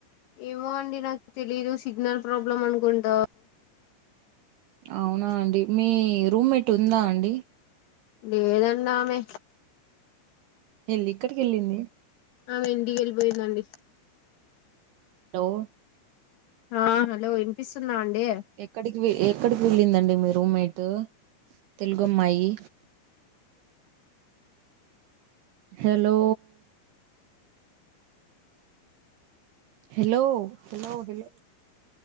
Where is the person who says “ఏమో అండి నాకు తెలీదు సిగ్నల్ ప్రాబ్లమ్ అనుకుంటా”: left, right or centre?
Left